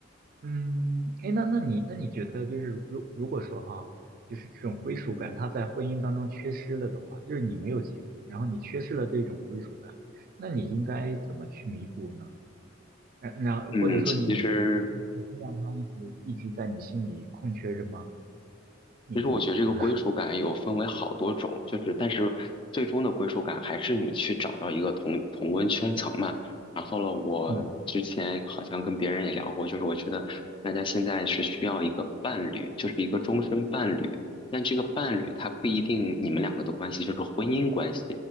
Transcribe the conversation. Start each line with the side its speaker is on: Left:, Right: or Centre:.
Right: 嗯，哎，那那你那你觉得就是如如果说哈，就是这种归属感，他在婚姻当中缺失了的话，就是你没有结婚，然后你缺失了这种归属感，那你应该怎么去弥补呢？呃那或者说你你就只是只是让他一直一直在你心里空缺着吗？
Left: 嗯，其嗯实
Right: 你怎么看呢？
Left: 其实我觉得这个归属感有分为好多种，就是但是最终的归属感还是你去找到一个同同温圈层嘛。然后呢，我之前好像跟别人也聊过，
Right: 嗯
Left: 就是我觉得大家现在是需要一个伴侣，就是一个终身伴侣。但这个伴侣他不一定你们两个的关系就是婚姻关系，